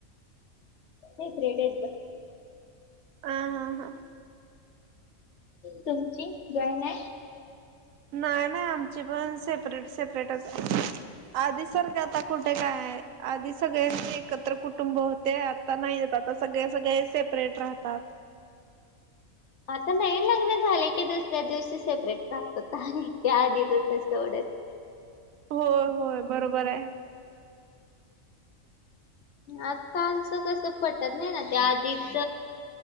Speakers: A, on the left; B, on the right.
A: ग्रेडेड बस.
B: ह हां हां
A: तुमची जॉयन आहे.
B: नाही नाही आमची पण सेपरेट सेपरेटच आहे. आधी सारखं आता कुठे काय आधी सगळे एकत्र कुटुंब होते आता नाही येत आता सगळे सगळे सेपरेट राहतात.
A: आता नाही लग्न झाले की दुसऱ्या दिवशी सेपरेट प्रप्त होत त्या आधीच सवडत
B: हो होय बरोबर आहे.
A: आता पाऊच कस पटत नाही ना ते आधीच